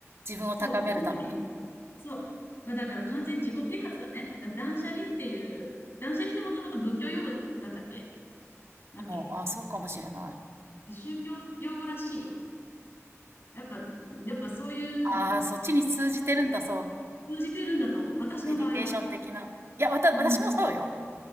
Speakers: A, on the right; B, on the left.
A: 自分を高めるために。
B: そう、その時に、そう、まあ、だから完全に自己啓発だね。だ断捨離っていう、断捨離ってもともと仏教用語だったっけだっけ確
A: もう、あ、そうかもしれない。
B: か宗教用語らしいよ。やっぱ、やっぱそういう、
A: ああ、そっちに通じてるんだ、
B: まあ
A: そう。
B: 通じてるんだと思う。私の場合は。
A: メディテーション的な。いや、わた、
B: うん。
A: 私もそうよ。